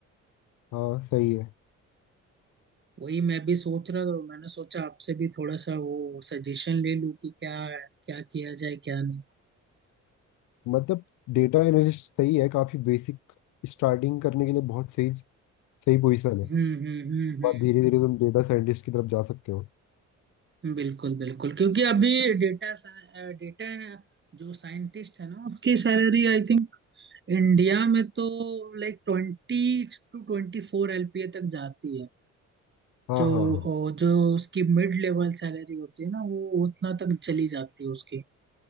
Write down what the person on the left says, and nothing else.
हाँ सही है
मतलब डेटा एनालिस्ट सही है काफी बेसिक स्टार्टिंग करने के लिए बहुत सही सही पोजीशन है
और धीरे धीरे तुम डेटा साइंटिस्ट की तरफ जा सकते हो
हाँ
हाँ हाँ